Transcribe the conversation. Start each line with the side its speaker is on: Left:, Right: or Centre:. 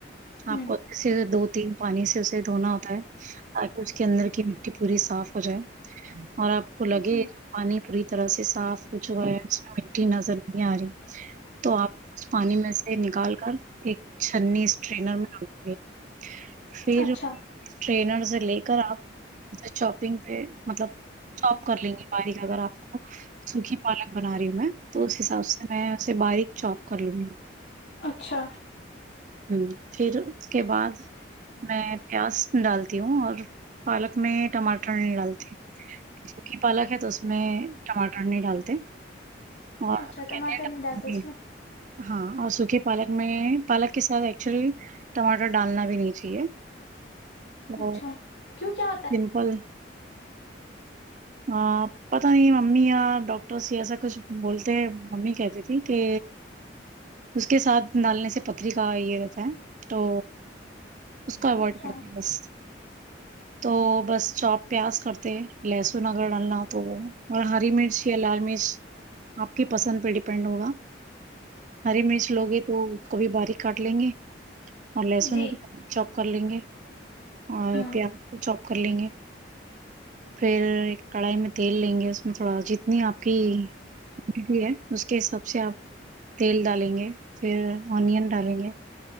Left: ہوں
Right: آپ کو اسے دو تین پانی سے اسے دھونا ہوتا ہے تاکہ اس کے اندر کی مٹی پوری صاف ہو جائے اور آپ کو لگے
Left: جی
Right: پانی پوری طرح سے صاف ہو چکا ہے اس میں مٹی نظر نہیں آ رہی تو آپ اس پانی میں سے نکال کر ایک چھنی اس ٹرینر میں رک دے پھر
Left: اچھا
Right: ٹرینر سے لے کر آپ چاپنگ پہ مطلب چوپ کر لیں گے باریک اگر آپ کو سوکھی پالک بنا رہی ہوں میں تو اس حساب سے میں اسے باریک چوپ کر لوں گی
Left: اچھا
Right: ہ پھر اس کے بعد میں پیاز ڈالتی ہوں اور پالک میں ٹماٹر ٹر نہیں ڈالتے سوکی پالک ہے تو اس میں ٹماٹر نہیں ڈالتے اور
Left: اچھا ٹماٹر نہیں ڈالتے اس میں
Right: ہاں اور سوکھی پالک میں پالک کے ساتھ ایکچولی ٹماٹر ڈالنا بھی نہیں چاہیے اور
Left: اچھا کیوں کیا
Right: پیمپل ہے ہ پتا نہیں ممی یا ڈاکٹرس ایسا کچھ بولتے ممی کہتی تھی کہ اس کے ساتھ ڈالنے سے پتری کا یہ رہتا ہے تو اس کو اوائڈ
Left: اچھا
Right: کرتے ہے بس تو بس چوپ پیاز کرتے لہسن لہسن اگر ڈالنا ہو تو وہ اور ہری مرچ یا لال مرچ آپ کے پسند پہ ڈیپینڈ ہوگا ہری مرچ لوگی تو اس کو بھی باریک کاٹ لیں گے اور لہسن
Left: جی
Right: کو چوپ کر لیں گے اور
Left: ہوں
Right: پیاز کو چوپ کر لیں گے پھر کڑائی میں تیل لیں گے اس میں تھوڑا جتنی آپ کی ہے <unintelligible> اس کے حساب سے آپ تیل ڈالیں گے پھر انین ڈالیں گے